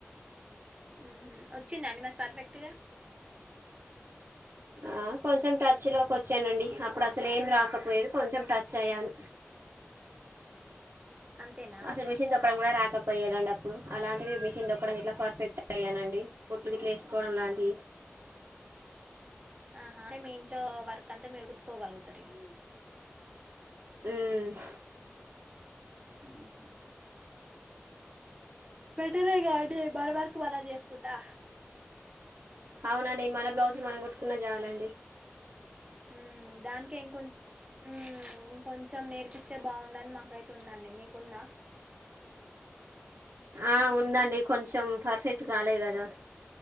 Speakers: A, on the right (about 25°); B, on the right (about 70°).
A: ఉహుమ్ వచ్చిందా అండి మరి పర్ఫెక్ట్గా
B: ఆ కొంచెం టచ్ లోకి వచ్చానండి అప్పుడు అస్సలేమి రాకపోయేది కొంచెం టచ్ అయ్యాను
A: అంతేనా
B: అసల్ మిషన్ తొక్కడం గూడా రాక్ కాపోయేదండి అప్పుడు అలాంటిది మిషన్ దొక్కడం ఇట్లా పర్ఫెక్ట్ అయ్యానండి కుట్లు గిట్లు ఏస్కోవడం లాంటివి
A: ఆహా అంటే మీ ఇంట్లో వర్క్ అంతా మీరు కుట్టుకోగల్గుతరు ఇగ
B: ఉమ్మ్
A: ఉహు బెటరే గాండి మన వర్కు మనమ్ జేస్కునా
B: అవునండి మన బ్లౌజులు మనం కుట్టుకున్న జాలండి
A: ఉమ్ దానికే ఇంకొంచ్ ఉమ్మ్ ఉమ్ కొంచం నేర్పిస్తే బాగుండని మాకైతే ఉందండి మీకుందా?
B: ఆ ఉందండి కొంచం పర్ఫెక్ట్ కాలే కదా